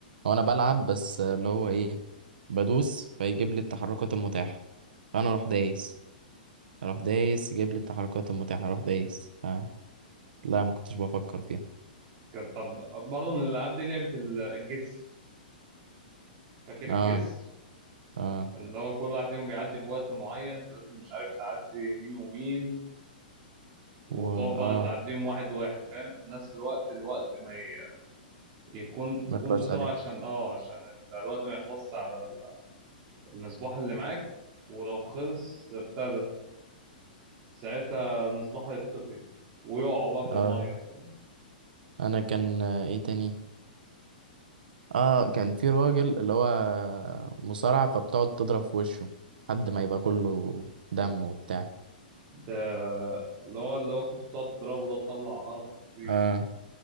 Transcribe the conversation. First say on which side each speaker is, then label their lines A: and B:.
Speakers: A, on the right (about 75°); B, on the right (about 35°).
A: هو انا بلعب بس آه، اللي هو ايه بدوس فيجيب لي التحركات المتاحة فانا اروح دايس اروح دايس يجيب لي التحركات المتاحة اروح دايس آه لا ما كنتش بفكر فيها
B: كان طب برضه من الألعاب دي لعبة ال- الجس فاكر الجس
A: اه اه
B: اللي هو كل واحد فيهم بيعدي بوقت معين فلازم مش عارف تعدي مين ومين وتقعد
A: و اه
B: بقى تعديهم واحد واحد فاهم في نفس الوقت الوقت ما ي- يكون تكون
A: ما خلاص
B: بسرعة
A: عليك
B: عشان اه عشان ال- الوقت ما يخلصش على ال- المصباح اللي معاك ولو خلص بتاع ده ساعتها المصباح هيطفي ويقعوا بقى في
A: اه
B: المية فاهم؟
A: انا كان آه، ايه تاني اه كان في راجل اللي هو مصارع فبتقعد تضرب في وشه لحد ما يبقى كله دم وبتاع
B: ده اللي هو اللي هو كنت بتقعد تضربه ده تطلع قرفك فيه
A: اه